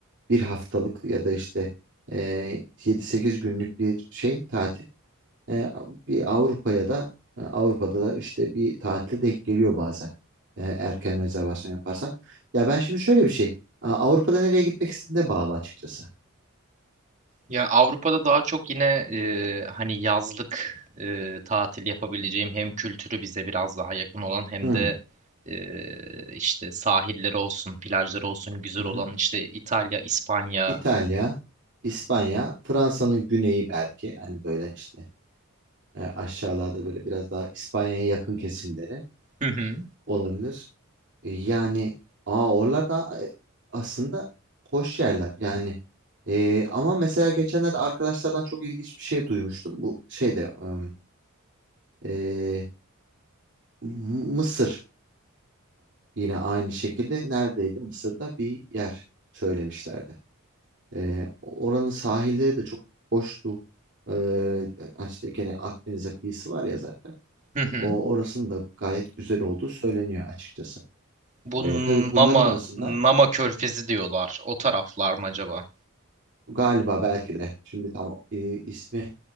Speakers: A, on the right; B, on the right.
A: bir haftalık ya da işte e, 7-8 günlük bir şey tatil E, bir Avrupa'ya da e, Avrupa'da da işte bir tatile denk geliyor bazen. E, erken rezervasyon yaparsan. Ya ben şimdi şöyle bir şey. A- Avrupa'da nereye gitmek istediğine bağlı açıkçası.
B: Ya Avrupa'da daha çok yine e, hani yazlık e, tatil yapabileceğim hem kültürü bize biraz daha yakın olan hem
A: Hmm.
B: de e, işte sahilleri olsun, plajları olsun güzel
A: Hı
B: olan
A: hı.
B: işte İtalya, İspanya.
A: İtalya, İspanya, Fransa'nın güneyi belki hani böyle işte e, aşağılarda böyle biraz daha İspanya'ya yakın kesimleri
B: Hı hı.
A: olabilir. E, Yani aa oralar e, aslında hoş yerler yani. E, ama mesela geçenlerde arkadaşlardan çok ilginç bir şey duymuştum. Bu şeyde ım, e, M- Mısır'da yine aynı şekilde neredeydi? Mısır'da bir yer söylemişlerdi. E, oranın sahilleri de çok hoştu. E, yani işte gene Akdeniz'e kıyısı var ya zaten.
B: Hı hı.
A: O orasının da gayet güzel olduğu söyleniyor açıkçası.
B: Bu
A: E, tabii bunların
B: Nama,
A: arasında
B: Nama Körfezi diyorlar. O taraflar mı acaba?
A: Galiba belki de. Şimdi tam e, ismi